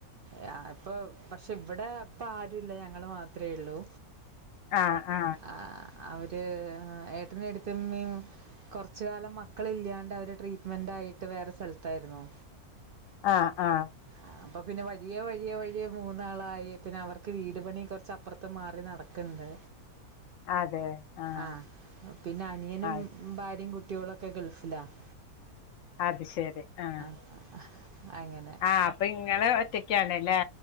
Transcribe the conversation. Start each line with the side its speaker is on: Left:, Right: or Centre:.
Right: യാ ഇപ്പൊ പക്ഷെ ഇവിടെ ഇപ്പ ആരുല്ല ഞങ്ങള് മാത്രേ എള്ളൂ
Left: ആഹ ആഹ
Right: ആ അവര് ഏട്ടനും ഏടത്തിയമ്മയും കൊറച്ച കാലം മക്കള് ഇല്യാണ്ട് അവര് ട്രീറ്റ്മെന്റ് ആയിട്ട് വേറെ സ്ഥലത്തായിരുന്നു
Left: ആ ആ
Right: ആ അപ്പൊ പിന്നെ വയ്യ വഴിയ വഴിയ വഴിയ മൂന്നാളായി പിന്നെ അവർക്ക് വീട് പണി കൊറച്ച് അപ്പുറത്ത് മാറി നടക്കണ്ട്
Left: അതെ ആഹ്
Right: ആഹ പിന്നെ അനിയനും
Left: അത്
Right: ഭാര്യയും കുട്ടികള് ഒക്കെ ഗൾഫിലാണ്
Left: അത് ശരി ആഹ
Right: ആ ആഹ് അങ്ങനെ
Left: ആ അപ്പ ഇങ്ങള് ഒറ്റക്കാണ് അല്ലേ